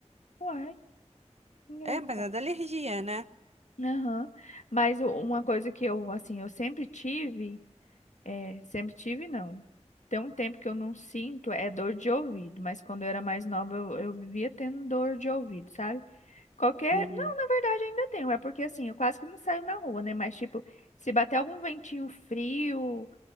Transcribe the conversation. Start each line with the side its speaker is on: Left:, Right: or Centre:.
Left: Uai. engra-
Right: É, mas é da alergia, né?
Left: Aham. Mas o- uma coisa que eu, assim, eu sempre tive. É, sempre tive, não. Tem um tempo que eu não sinto, é dor de ouvido, mas quando eu era mais nova, eu, eu vivia tendo dor de ouvido, sabe? Qualquer.
Right: Hum,
Left: Não, na verdade ainda tenho, é porque assim, eu quase que não saio na rua, né? Mas tipo, se bater algum ventinho frio,